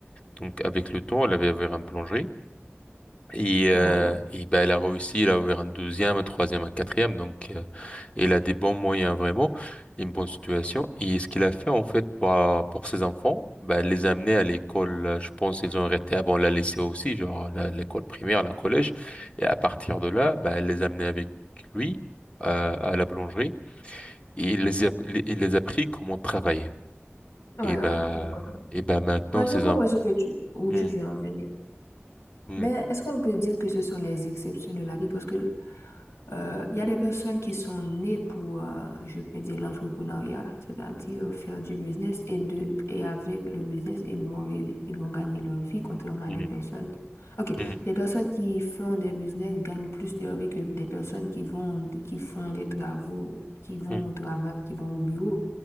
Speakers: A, on the left (about 25°); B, on the left (about 80°).
A: Donc avec le temps, elle avait ouvert un boulangerie. Et, euh,
B: Ouais,
A: et ben, elle a réussi, elle a ouvert un deuxième, un troisième, un quatrième. Donc euh, elle a des bons moyens vraiment, une bonne situation. Et ce qu'il a fait en fait pour, pour ses enfants, ben, elle les a amenés à l'école. euh, Je pense ils ont arrêté avant la lycée aussi, genre la- l'école primaire, la collège. Et à partir de là, ben, elle les a amenés avec lui euh, à la boulangerie. Et il les a, il il les a appris comment travailler.
B: ouais,
A: Et ben,
B: ouais. Je comprends,
A: et ben maintenant,
B: ouais,
A: ces
B: je comprends
A: enfants...
B: ce que tu, où tu
A: hmm,
B: veux en venir.
A: hmm,
B: Mais est-ce qu'on peut dire que ce sont les exceptions de la vie? Parce que euh, il y a des personnes qui sont nées pour, euh, je peux dire, l'entrepreneuriat, c'est-à-dire faire du business et de et avec le business, ils vont ré- ils vont gagner leur vie, contrairement à
A: hmm,
B: des personnes. OK,
A: hmm,
B: des personnes qui font des business gagnent plus leur vie que des personnes qui vont qui font des travaux, qui vont
A: hmm.
B: au travail, qui vont au bureau.